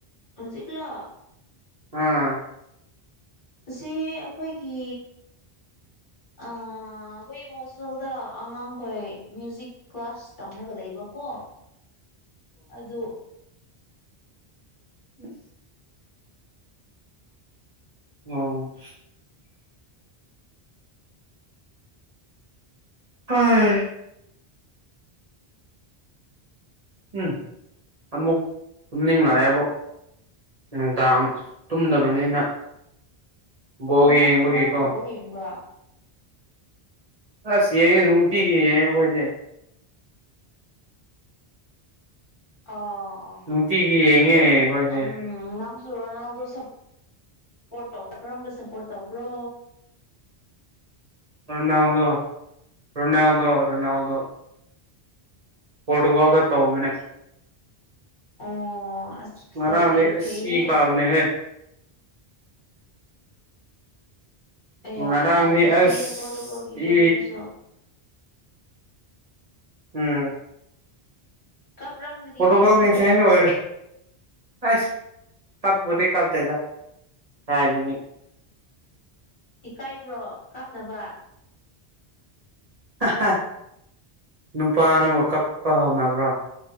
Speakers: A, on the left (about 55°); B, on the right (about 45°).
A: ꯍꯧꯖꯤꯛꯂꯣ
B: ꯑꯥ
A: ꯁꯤ ꯑꯩꯈꯣꯏꯒꯤ ꯑꯥ ꯑꯥ ꯑꯩꯈꯣꯏ ꯍꯣꯁꯇꯦꯜꯗ ꯑꯉꯥꯡꯈꯣꯏ ꯃ꯭ꯌꯨꯖꯤꯛ ꯀ꯭ꯂꯥꯁ ꯇꯝꯔꯒ ꯂꯩꯕꯀꯣ ꯑꯗꯨ
B: ꯎꯝ ꯎꯝ ꯍꯣꯏ ꯎꯝ ꯑꯃꯨꯛ ꯇꯨꯝꯅꯤꯡ ꯂꯥꯛꯑꯦꯕꯣ ꯅꯨꯡꯗꯥꯡ ꯇꯨꯝꯗꯕꯅꯤꯅ ꯕꯣꯜ
A: ꯑꯣ ꯅꯪꯁꯨ
B: ꯌꯦꯡꯕꯒꯤꯀꯣ
A: ꯉꯔꯥꯡꯒꯤ ꯕꯣꯜ ꯌꯦꯡꯕ꯭ꯔꯥ
B: ꯑꯁ ꯌꯦꯡꯉꯦ ꯅꯨꯡꯤꯒꯤ ꯌꯦꯡꯉꯦ ꯑꯣꯈꯣꯏꯗꯤ
A: ꯑꯣ ꯑꯣ
B: ꯅꯨꯡꯇꯤꯒꯤ ꯌꯦꯡꯉꯦ
A: ꯑꯗꯨ
B: ꯑꯩꯈꯣꯏꯗꯤ
A: ꯎꯝ ꯅꯪꯁꯨ ꯔꯣꯅꯥꯜꯗꯣ ꯁꯞ ꯁꯄꯣꯔꯠ ꯇꯧꯕ ꯀꯔꯝꯕ ꯁꯄꯣꯔꯠ ꯇꯧꯕ꯭ꯔꯣ
B: ꯔꯣꯅꯥꯜꯗꯣ ꯔꯣꯅꯥꯜꯗ ꯔꯣꯅꯥꯜꯗꯣ ꯄꯣꯔꯇꯨꯒꯜꯗ ꯇꯧꯗꯣꯏꯅꯦ
A: ꯑꯣ ꯑꯁ
B: ꯉꯔꯥꯡꯗꯤ
A: ꯐꯖꯩ ꯑꯦ
B: ꯑꯁ
A: ꯐꯩꯍꯦ
B: ꯏ ꯀꯥꯕꯅꯦꯍꯦ
A: ꯑꯦꯌꯥ
B: ꯉꯔꯥꯡꯗꯤ
A: ꯅꯨꯡꯁꯤꯌꯦ
B: ꯑꯁ
A: ꯄꯣꯔꯇꯨꯒꯜꯒꯤ ꯐꯦꯟ
B: ꯏ
A: ꯍꯣꯏꯁꯨ
B: ꯎꯝ
A: ꯀꯥꯞꯔꯝꯒꯅꯤꯅꯦ
B: ꯄꯣꯇꯨꯒꯜꯒꯤ
A: ꯅꯣꯏꯁꯦ
B: ꯐꯦꯟꯁ ꯑꯣꯏꯔꯁꯨ ꯑꯁ ꯀꯞꯄꯗꯤ ꯀꯞꯇꯦꯗ ꯍꯥꯏꯕꯅꯤ
A: ꯏꯀꯥꯏꯕ꯭ꯔꯣ ꯀꯥꯞꯅꯕ
B: ꯍꯥꯍꯥ ꯅꯨꯄꯥꯅꯕꯣ ꯀꯞꯄ ꯍꯧꯅꯕ꯭ꯔꯣ